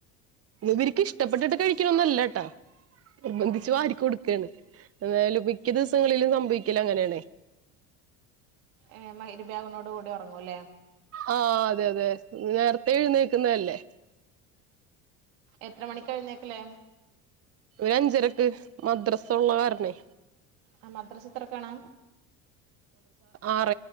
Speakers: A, on the right; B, on the right.
A: ഇവക്ക് ഇഷ്ടപ്പെട്ടിട്ട് കഴിക്കണൊന്നല്ലട്ടാ നിർബന്ധിച്ച്
B: ആഹ്
A: വാരിക്ക കൊടുക്കയാണ് എന്തായാലും മിക്ക ദിവസങ്ങളിലും സംഭവിക്കല ങ്ങനെയണ്
B: ഏ മയിരിബാഗനോട് കൂടി ഉറങ്ങൂല്ലേ
A: ആ അതെ അതെ നേരത്തെ എഴുന്നേക്കുന്നതല്ലേ
B: എത്ര മണിക്കഴുന്നേക്കലേ
A: ഒരു അഞ്ചരക്ക് മദ്രസ ഉള്ള കാരണേ
B: ആ മദ്രസ്ത്രക്കാണോ
A: ആറ